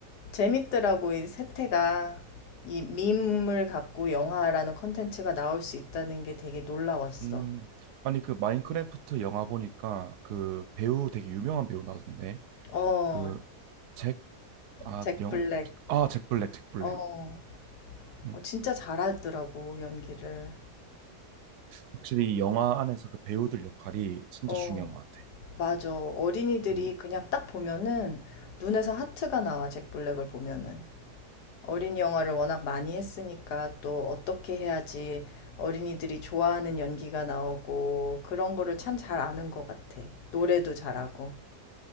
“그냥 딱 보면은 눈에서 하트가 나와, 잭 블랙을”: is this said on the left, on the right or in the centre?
Left